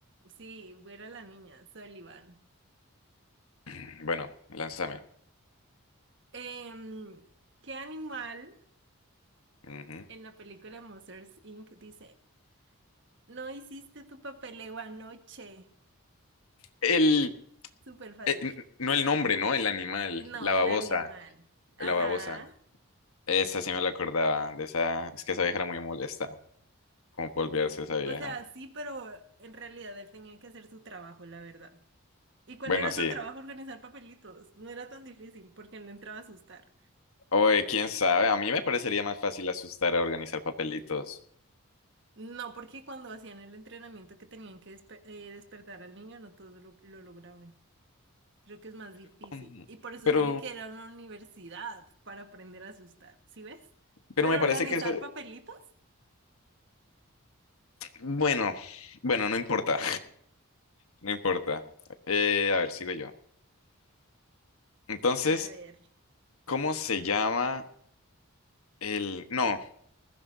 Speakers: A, on the right; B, on the left.
A: Sí, buena la niña, Sullivan.
B: <clears throat> Bueno, lánzame.
A: Em, ¿qué animal
B: Ujú.
A: en la película Monsters Inc. dice, no hiciste tu papeleo anoche?
B: El,
A: Súper fácil.
B: eh, n- no el nombre, ¿no? El animal.
A: No,
B: La
A: el
B: babosa.
A: animal. Ajá.
B: La babosa. Esa sí me la acordaba. De esa, es que esa vieja era muy molesta. Como por olvidarse esa vieja.
A: O sea, sí, pero en realidad él tenía que hacer su trabajo, la verdad. ¿Y cuál
B: Bueno,
A: era
B: sí.
A: su trabajo organizar papelitos? No era tan difícil porque él no entraba a asustar.
B: Oye, quién sabe. A mí me parecería más fácil asustar a organizar papelitos.
A: No, porque cuando hacían el entrenamiento que tenían que despe- eh, despertar al niño, no todos lo, lo lograban. Creo que es más difícil.
B: Mm,
A: Y por eso
B: Pero.
A: tienen que ir a una universidad para aprender a asustar. ¿Sí ves?
B: Pero
A: Pero
B: me
A: organizar
B: parece que eso.
A: papelitos.
B: Bueno, bueno, no importa. No importa. Eh, a ver, sigo yo. Entonces,
A: A ver.
B: ¿cómo se llama el... No,